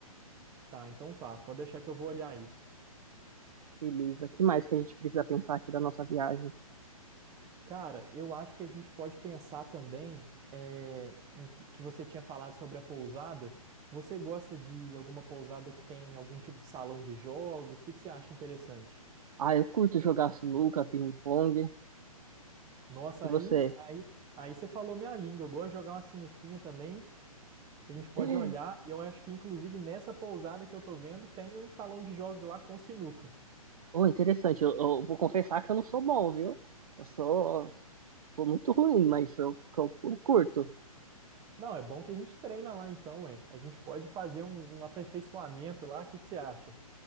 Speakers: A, on the right (about 20°); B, on the right (about 70°).
A: Tá, então tá. Pode deixar que eu vou olhar isso.
B: Beleza. Que mais que a gente precisa pensar aqui da nossa viagem?
A: Cara, eu acho que a gente pode pensar também é, em que, que você tinha falado sobre a pousada. Você gosta de alguma pousada que tem algum tipo de salão de jogos? O que, que você acha interessante?
B: Ah, eu curto jogar sinuca, ping-pong.
A: Nossa,
B: E
A: aí,
B: você?
A: aí, aí você falou minha língua. Eu gosto de jogar uma sinuquinha também. A gente pode
B: <gasps>
A: olhar. E eu acho que, inclusive, nessa pousada que eu tô vendo, tem um salão de jogos lá com sinuca.
B: Oh, interessante. Eu, eu vou confessar que eu não sou bom, viu? Eu sou, sou muito ruim, mas eu, eu, eu curto.
A: Não, é bom que a gente treina lá então, é. A gente pode fazer um, um aperfeiçoamento lá. O que, que você acha?